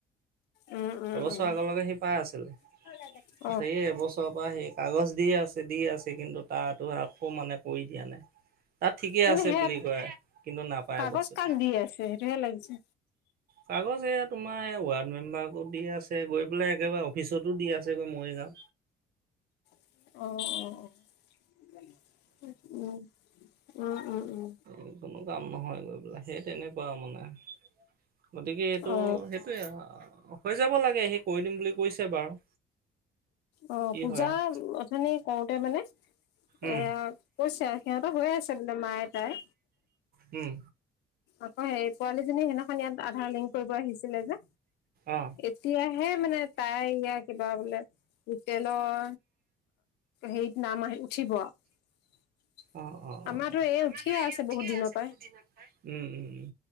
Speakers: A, on the left (about 85°); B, on the right (about 60°).
A: উম উম
B: এবছৰ
A: উম
B: আগলৈকে সি পাই আছিলে।
A: <inaudible>
B: সে এবছৰৰ পৰা সেই কাগজ দি আছে, দি আছে কিন্তু তাতাতো আকৌ মানে কৰি দিয়া নাই। তাত ঠিকে
A: মানে
B: আছে
A: সেই
B: বুলি কয় কিন্তু নাপায়
A: কাগজ
B: বস্তুটো।
A: কাক দি আছে সেইটোহে লাগিছে
B: কাগজ এয়া তোমাৰ এই ৱাৰ্ড মেম্বাৰকো দি আছে গৈ পেলাই একেবাৰে অফিচতো দি আছে। যে মইহেজাম।
A: অ', অ', অ', উম, উম, উম। উম
B: এই কোনো কাম নহয় গৈ পেলাই সেই তেনেকুৱা আৰু মানে গতিকে এইটো
A: অ
B: সেইটোয়ে হৈ যাব লাগে স কৰি দিম বুলি কৈছে বাৰু।
A: অ,
B: কি
A: পূজা
B: হয় আৰু
A: অথনি কৰোতে মানে
B: উম
A: এয়া কৈছা সিহঁতৰ হৈ আছে। মায়ে তাই
B: উম।
A: আকৌ সেই পোৱালীজনী সেইদিনাখন ইয়াত আধাৰ লিংক কৰিব আহিছিলে যে
B: অ
A: এতিয়াহে মানে তাই ইয়া কিবা বোলে হোটেলৰ হেৰিত নাম আহি উঠিব আৰু। <inaudible>
B: অ', অ',
A: আমাৰতো
B: অ',
A: এই
B: আমাৰো
A: উঠিয়ে
B: এই
A: আছে
B: উঠিয়ে
A: বহুত দিনৰ
B: আছে
A: পৰাই
B: বহুত দিনত। উম, উম, উ,